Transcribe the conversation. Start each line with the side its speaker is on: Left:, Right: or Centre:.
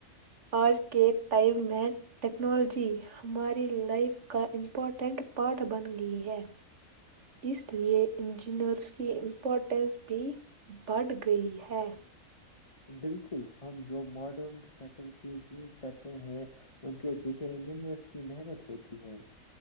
Right: آج کے ٹائم میں ٹیکنالوجی ہماری لائف کا امپورٹنٹ پارٹ بن گئی ہے اس لیے انجینئرس کی امپورٹینس بھی بڑھ گئی ہے
Left: بالکل ہم جو ماڈرن فیشل ز یوز کرتے ہیں ان کے پیچھے انجینئرس کی محنت ہوتی ہے